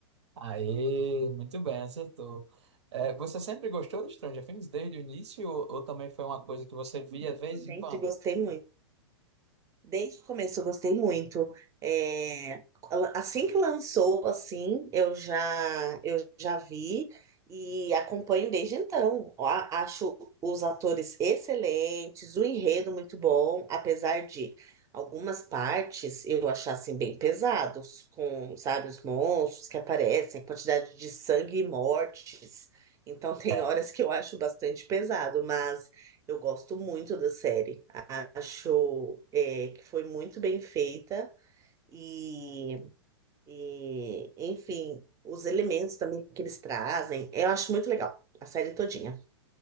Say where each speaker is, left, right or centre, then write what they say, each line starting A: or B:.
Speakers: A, on the right (about 70°); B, on the right (about 20°).
A: Aí, muito bem, acertou. É, você sempre gostou do Stranger Things desde o início ou, ou também foi uma coisa que você via de vez
B: Isso, sempre
A: em quando?
B: gostei muito. Desde o começo eu gostei muito. É, assim que lançou, assim, eu já eu já vi e acompanho desde então. Ó, A- Acho os atores excelentes, o enredo muito bom, apesar de algumas partes eu achar assim bem pesados, com, sabe, os monstros que aparecem, quantidade de sangue e mortes. Então <laughs> tem
A: É,
B: horas que eu acho bastante pesado, mas eu gosto muito da série. Acho é, que foi muito bem feita e, e, enfim, os elementos também que eles trazem, eu acho muito legal a série todinha.